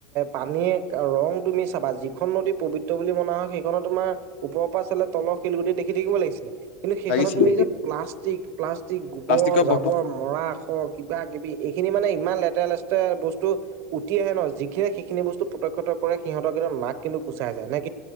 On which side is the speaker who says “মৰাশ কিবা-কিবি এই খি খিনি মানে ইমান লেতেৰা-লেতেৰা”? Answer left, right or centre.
Right